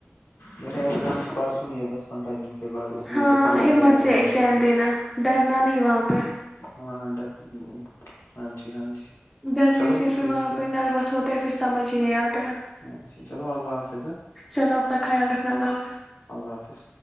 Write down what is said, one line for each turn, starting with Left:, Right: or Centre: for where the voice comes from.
Left: میرے ایگزامس پرسوں ہی ہے دس پندرہ دن کے بعد اس لیے
Centre: ہاں
Left: تو تھوڑی
Centre: ہمت
Left: زیادہ
Centre: سے
Left: ٹینشن
Centre: ایگزام
Left: ہے
Centre: دینا ڈرنا نہیں وہاں پہ
Left: ہاں ڈر ہاں جی ہاں جی
Centre: ڈرنے
Left: چلو
Centre: سے پھر
Left: ٹھیک
Centre: وہاں
Left: ہے
Centre: پہ نروس ہوتے ہیں پھر سمجھ ہی نہیں آتا ہے
Left: ہاں جی چلو اللہ حافظ ہاں
Centre: چلو اپنا خیال رکھنا اللہ حافظ
Left: اللہ حافظ